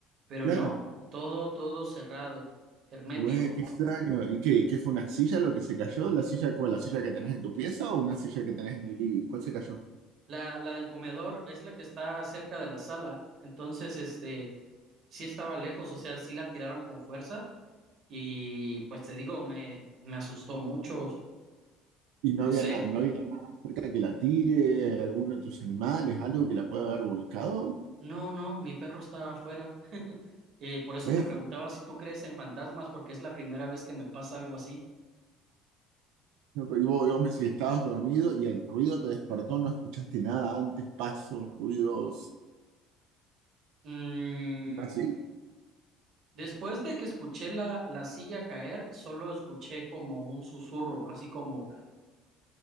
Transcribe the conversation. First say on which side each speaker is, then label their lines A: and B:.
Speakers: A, on the right; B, on the right.
A: pero
B: claro.
A: no, todo, todo cerrado, hermético.
B: Güey, qué extraño. ¿Y qué, qué fue una silla lo que se cayó? ¿La silla cuál? ¿La silla que tenés en tu pieza o una silla que tenés en el living? ¿Cuál se cayó?
A: La, la del comedor es la que está cerca de la sala, entonces, este, sí estaba lejos, o sea, sí la tiraron con fuerza, y pues te digo, me, me asustó mucho,
B: Y no
A: no
B: había
A: sé,
B: nada, no había nada cerca que la tire, alguno de tus animales, algo que la pueda haber volcado.
A: No, no, mi perro está afuera. <laughs> Eh, por eso
B: ¿Eh?
A: te preguntaba si tú crees en fantasmas, porque es la primera vez que me pasa algo así.
B: No, pero Y vos, y vos me decís, estabas dormido y el ruido te despertó, no escuchaste nada antes, pasos, ruidos,
A: Mm,
B: nada así.
A: después de que escuché la, la silla caer, solo escuché como un susurro, así como,